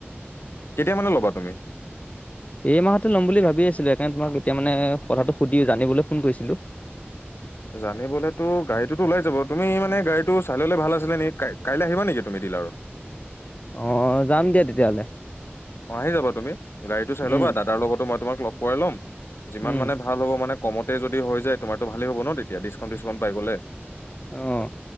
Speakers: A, on the left; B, on the left.
A: কেতিয়া মানে লবা তুমি।
B: এই মাহতে ল'ম বুলি ভাবি আছিলোঁ। সেইকাৰণে তোমাক এতিয়া মানে কথাটো সুধি জানিবলৈ ফোন কৰিছিলো।
A: জানিবলেটো গড়ীটোতো ওলাই যাব। তুমি মানে গাড়ীটো চাই ললে ভাল নি কা কাইলে আহিবা নেকি তুমি ডিলাৰত
B: অ' যাম দিয়া তেতিয়াহলে।
A: অ' আহি যাবা তুমি গাড়ীটো চাই
B: উম
A: লবা দাদাৰ লগতো মই তোমাক লগ কৰাই ল'ম যিমান
B: উম
A: মানে ভাল হব মানে কমতে যদি হৈ যায় তোমাৰতো ভালেই হব ন তেতিয়া, ডিছকাউণ্ট টিছকাউণ্ট পাই গলে।
B: অঁ।